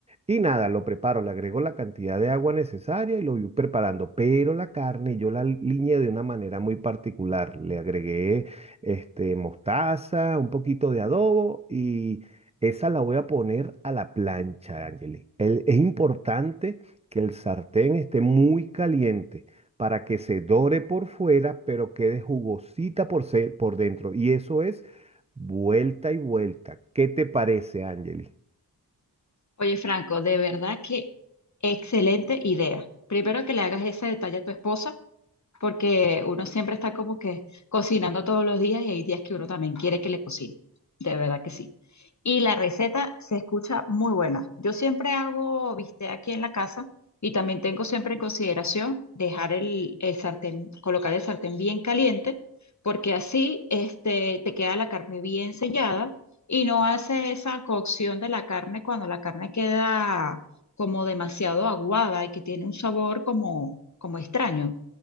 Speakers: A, on the right (about 20°); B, on the left (about 45°).
A: y nada, lo preparo, le agrego la cantidad de agua necesaria y lo voy preparando. Pero la carne yo la liñé de una manera muy particular. Le agregué este, mostaza, un poquito de adobo y esa la voy a poner a la plancha, Angeli. El- es importante que el sartén esté muy caliente para que se dore por fuera, pero quede jugosita por, se- por dentro. Y eso es vuelta y vuelta. ¿Qué te parece, Angeli?
B: Oye Franco, de verdad que excelente idea. Primero que le hagas ese detalle a tu esposa. porque uno siempre está como que cocinando todos los días y hay días que uno también quiere que le cocine, de verdad que sí. Y la receta se escucha muy buena. Yo siempre hago bistec aquí en la casa y también tengo siempre en consideración dejar el, el sartén, colocar el sartén bien caliente, porque así este, te queda la carne bien sellada y no hace esa cocción de la carne cuando la carne queda como demasiado aguada y que tiene un sabor como, como extraño